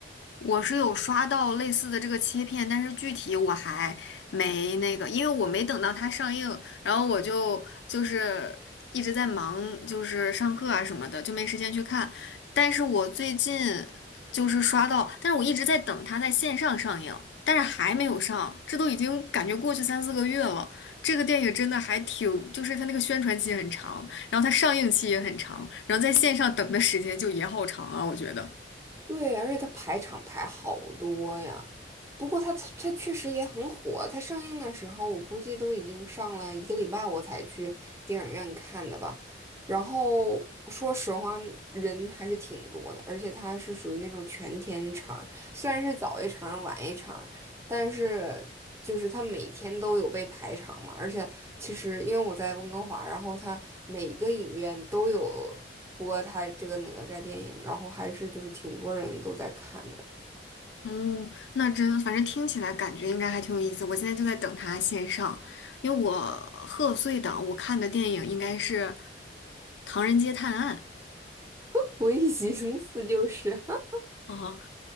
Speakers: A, on the left; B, on the right.
A: 我是有刷到类似的这个切片，但是具体我还没那个，因为我没等到它上映，然后我就就是一直在忙，就是上课啊什么的，就没时间去看。但是我最近就是刷到，但是我一直在等它在线上上映，但是还没有上，这都已经感觉过去三四个月了。这个电影真的还挺，就是它那个宣传期很长，然后它上映期也很长，然后在线上等的时间就也好长啊，我觉得。
B: 对，而且他排场排好多呀。不过他他确实也很火，他上映的时候我估计都已经上了一个礼拜，我才去电影院看的吧。然后说实话，人还是挺多的，而且它是属于那种全天场，虽然是早一场晚一场，但是就是他每天都有被排场嘛，而且其实因为我在温哥华，然后他每个影院都有播他这个哪吒电影，然后还是就是挺多人都在看的，
A: 嗯，那真反正听起来感觉应该还挺有意思。我现在就在等它线上，因为我贺岁档我看的电影应该是《唐人街探案》
B: <laughs> 我一寻思就是 <laughs>
A: 哦，